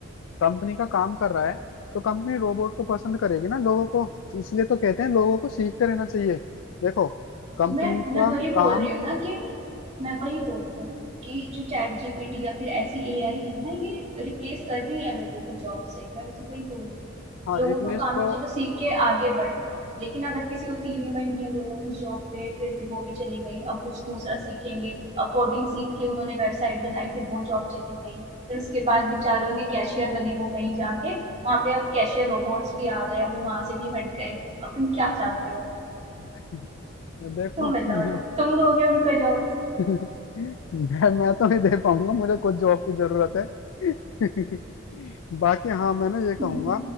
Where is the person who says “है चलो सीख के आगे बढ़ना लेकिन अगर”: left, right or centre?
Right